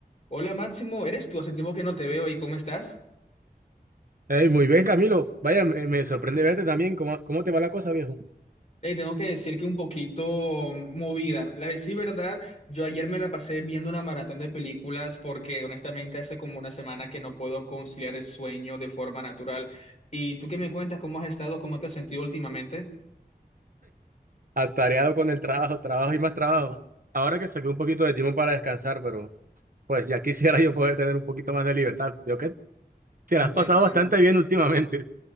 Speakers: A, on the left (about 45°); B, on the right (about 60°).
A: Hola Máximo, ¿eres tú? Hace tiempo que no te veo y ¿cómo estás?
B: Ey, muy bien, Camilo. Vaya, me, me sorprende verte también. ¿Cómo, cómo te va la cosa, viejo?
A: Hey, tengo que decir que un poquito movida. La de sí, verdad, yo ayer me la pasé viendo una maratón de películas porque honestamente hace como una semana que no puedo conciliar el sueño de forma natural. ¿Y tú qué me cuentas? ¿Cómo has estado? ¿Cómo te has sentido últimamente?
B: Atareado con el trabajo, trabajo y más trabajo. Ahora que saqué un poquito de tiempo para descansar, pero pues ya quisiera <laughs> yo poder tener un poquito más de libertad. Yo que te
A: Mm,
B: la has
A: Te
B: pasado
A: entiendo.
B: bastante bien últimamente.